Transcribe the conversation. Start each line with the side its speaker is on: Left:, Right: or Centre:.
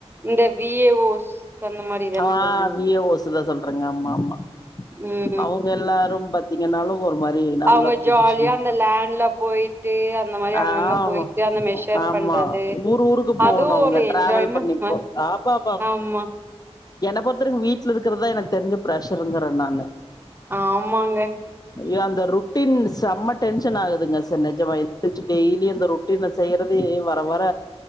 Right: இந்த வி ஏ ஓஸ் அந்த மாரி தான
Left: ஆ
Right: சொல்றீங்க
Left: வி ஏ ஓ ஸ்தா சொல் றங்க ஆமா ஆமா
Right: ம்
Left: அவுங்க எல்லாரும் பாத்திங்கனாலு ஒரு மாரி நல்ல
Right: அவங்க
Left: பொசிஷன்
Right: ஜாலியா அந்த லேண்ட்ல போயிட்டு அந்த மாரி அங்கங்க
Left: ஆமா
Right: போயிட்டு அந்த மெஷர்
Left: ஆமா
Right: பண்றது
Left: ஊர் ஊருக்கு
Right: அதுவு
Left: போகணு அவங்க
Right: ஒரு
Left: டிராவல்
Right: என்ஜாய்மெண்ட்
Left: பண்ணி
Right: மாரி
Left: ஆமாம்மாமா
Right: ஆமா
Left: என்னை பொறுத்தவரையு வீட்ல இருக்குறதுதா எனக்கு தெரி்ஞ்சு பிரஷருங்கிறே நானு
Right: ஆமாங்க
Left: ய அந்த ரொட்டீன் செம்ம டென்ஷன் ஆகுதுங்க செ நெஜமா எந்திருச்சு டெய்லி அந்த ரொட்டீன செய்யறது வர வர